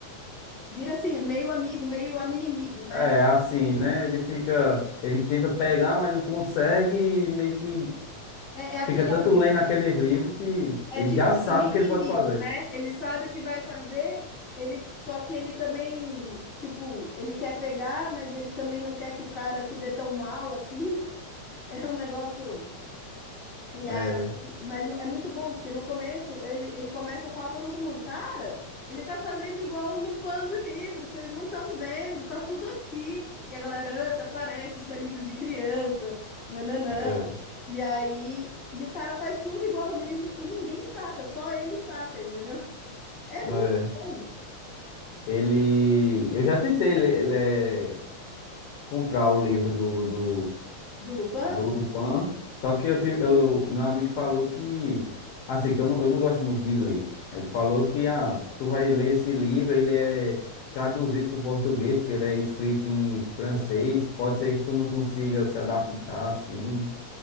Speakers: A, on the left; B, on the left.
A: Vira assim, meio amigo, meio aminimigo, né?
B: É, assim, né? Ele fica. Ele tenta pegar, mas não consegue. E meio que
A: É, é aquele
B: fica tanto lendo aqueles livros que
A: É
B: ele
A: tipo
B: já sabe
A: amigo
B: o que
A: inimigo,
B: ele pode fazer.
A: né? Ele sabe o que vai fazer, ele só que ele também, tipo, ele quer pegar, mas ele também não quer que o cara se dê tão mal assim. <laughs> É um negócio. E
B: É.
A: aí, mas é muito bom, porque no começo ele, ele começa a falar pra todo mundo, cara, ele tá fazendo igual o Lupin do livro, vocês não estão vendo, tá tudo aqui. E a galera, "Ah, tá parece, isso é livro de criança. Nananã.
B: é.
A: E aí, e o cara faz tudo igual o livro e ninguém saca, só ele saca, entendeu? <laughs> É
B: É.
A: muito bom.
B: Ele. Eu já tentei le- le- comprar o livro do, do,
A: Do Lupin?
B: do Lupin, só que eu tive, eu, meu amigo falou que. Assim, que eu não, eu não gosto muito de ler. Ele falou que, ah, tu vai ler esse livro, ele é traduzido para o português, porque ele é escrito em francês,
A: Não sei.
B: pode ser que tu não consiga se adaptar assim.